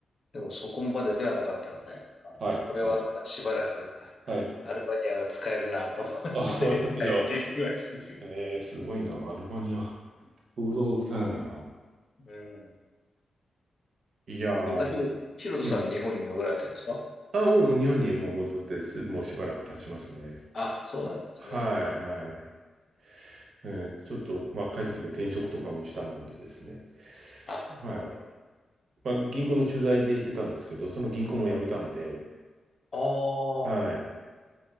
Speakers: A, on the left (about 40°); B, on the right (about 70°).
A: でもそこまでではなかったので、あこれはまだしばらく
B: はい、はい、はい。
A: アルバニアは使えるなと思って
B: あ、<laughs> いや、
A: <laughs> 帰ってきましたけど。
B: えー、すごいな。アルバニア。想像もつかないな。
A: うん。
B: いやー、
A: 今、ヒロ、ヒロトさん日本に戻られてるんですか
B: うん。あ、もう日本にもう戻ってす、もうしばらく経ちますね。
A: あ、そうなんですね。
B: はい、はい。えーちょっと、まあ、帰ってきて転職とかもしたもんでですね。
A: あ、なるほど
B: はい。まあ、銀行の駐在で行ってたんですけど、その銀行も辞めたんで、
A: あ
B: はい。